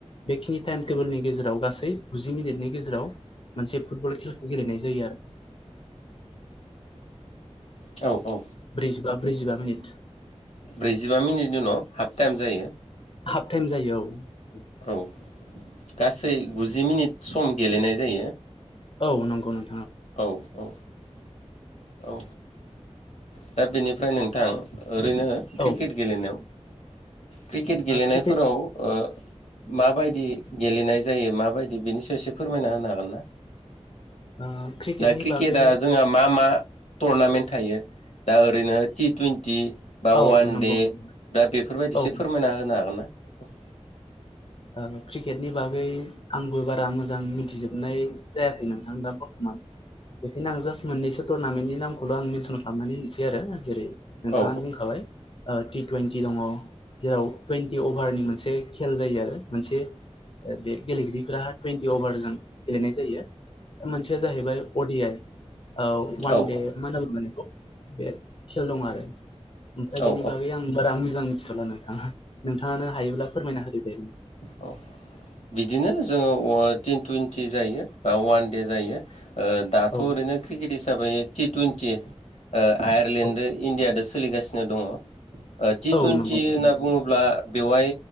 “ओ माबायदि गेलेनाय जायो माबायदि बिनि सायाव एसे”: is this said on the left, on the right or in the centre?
Left